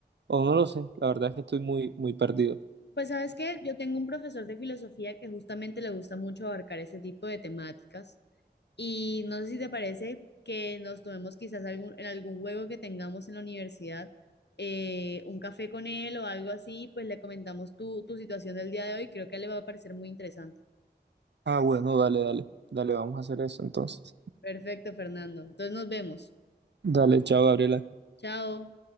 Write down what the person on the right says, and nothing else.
o no lo sé, la verdad es que estoy muy, muy perdido.
Ah, bueno, dale, dale, dale, vamos a hacer eso entonces.
Dale, chao, Gabriela.